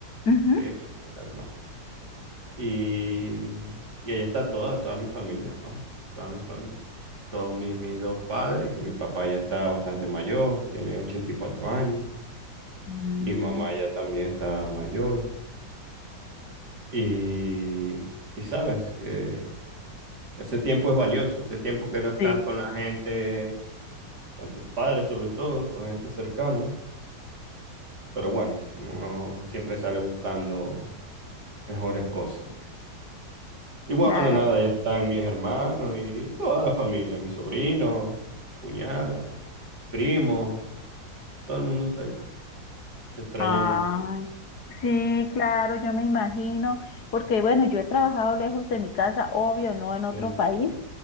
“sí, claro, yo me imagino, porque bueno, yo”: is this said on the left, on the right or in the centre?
Left